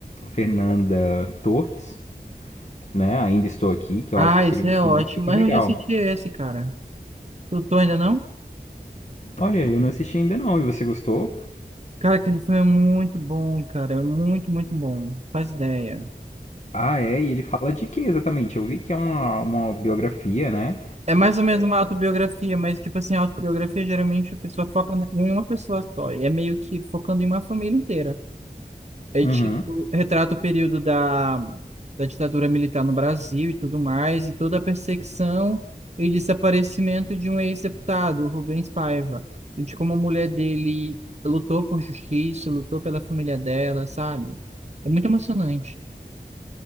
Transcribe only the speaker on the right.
Ah,
esse é
ótimo.
Mas
eu já assisti esse, cara. Tu, tu ainda não?
Cara, aquele filme é muito bom, cara. É muito, muito bom. Faz ideia.
É mais ou menos uma autobiografia, mas, tipo assim, a autobiografia geralmente a pessoa foca na- em uma pessoa só. E é meio que focando em uma família inteira. É
tipo, retrata o período da, da ditadura militar no Brasil e tudo mais, e toda a perseguição e desaparecimento de um ex-deputado, o Rubens Paiva. E de como a mulher dele lutou por justiça, lutou pela família dela, sabe? É muito emocionante.